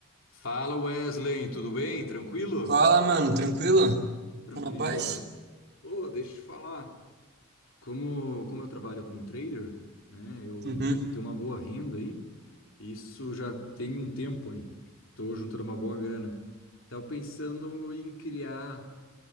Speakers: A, on the left; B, on the right.
A: Fala Wesley, tudo bem? Tranquilo?
B: Fala, mano, tranquilo?
A: Tranquilo.
B: Tá na paz?
A: Ô, deixa eu te falar. Como, como eu trabalho como trader, né? Eu
B: Uhum.
A: te- tenho uma boa renda aí. Isso já tem um tempo aí. Estou juntando uma boa grana. Estava pensando em criar